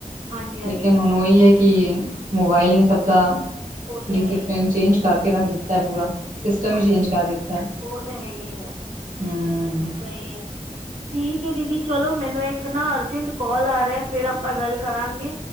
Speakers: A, on the right; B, on the right.
A: ਹਾਂਜੀ ਹਾਂਜੀ
B: ਲੇਕਿਨ ਹੁਣ ਉਹੀ ਏ ਕਿ ਮੋਬਾਇਲ ਹੀ ਸਭਦਾ
A: ਉਹ ਤਾਂ
B: ਡੀਸਿਪਲੀਨ
A: ਹੈ ਹੀ ਹੈ
B: ਚੇਂਜ ਕਰਕੇ ਰੱਖ ਦਿੱਤਾ ਹੈ ਪੂਰਾ। ਸਿਸਟਮ
A: ਹਾਂਜੀ
B: ਵੀ ਚੇਂਜ ਕਰ ਦਿੱਤਾ,
A: ਉਹ ਤਾਂ ਹੈ ਹੀ ਹੈ
B: ਹੂੰ ।
A: ਸਹੀ ਹੈ ਠੀਕ ਹੈ, ਦੀਦੀ ਚਲੋ, ਮੈਨੂੰ ਇੱਕ ਨਾ ਅਰਜੈਂਟ ਕੋਲ ਆ ਰਿਹਾ ਫਿਰ ਆਪਾਂ ਗੱਲ ਕਰਾਂਗੇ।